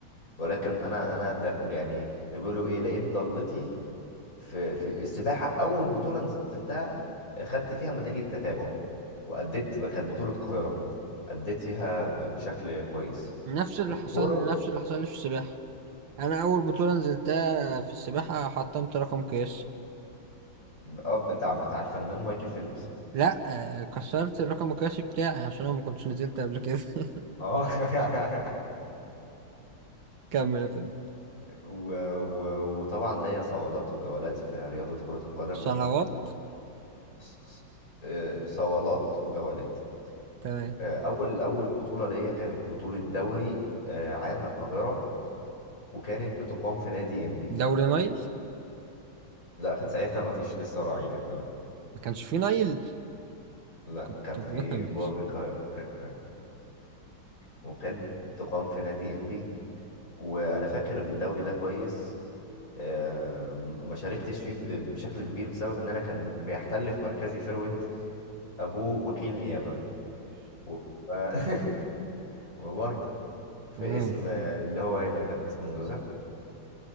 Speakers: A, on the left; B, on the right.
A: ولكن انا انا ده يعني بيقولوا ايه لقيت ضالتي في في السباحة أول بطولة نزلتها آه، خدت فيها ميدالية تتابع وأديت ب- كانت بطولة القاهرة أديت فيها ب- بشكل كويس
B: نفس اللي
A: الكورة
B: حصل لي نفس اللي حصل لي في السباحة انا اول بطولة نزلتها في السباحة حطمت رقم قياسي
A: اه بتاع بتاع الفنان مايكل فيليبس
B: لا آه، كسرت الرقم القياسي بتاعي عشان انا ما كنتش نزلت قبل كده <laughs>
A: اه <laughs>
B: كمل يا فندم
A: و... و... وطبعا ليا صوالات وجولات في رياضة كرة القدم
B: صلوات
A: ص- ص- آه، صوالات وجولات
B: تمام
A: آه، أول أول بطولة ليا كانت بطولة دوري آه، عام القاهرة وكانت بتقام في نادي إنبي
B: دوري نايل
A: لا كان ساعتها ما فيش لسه راعي للدوري
B: ما كانش فيه نايل
A: لا
B: كنت
A: كان
B: <laughs>
A: في
B: ماشي
A: برج القاهرة <laughs> وكان تقام في نادي إنبي وأنا فاكر الدوري ده كويس آم، ما شاركتش فيه ب- ب- بشكل كبير بسبب إن أنا كان بيحتل في مركزي فيرود أبوه وكيل نيابة و- ف- <laughs> والله في
B: <laughs>
A: اسم
B: <laughs>
A: اللي هو هنا ده اسم النزهة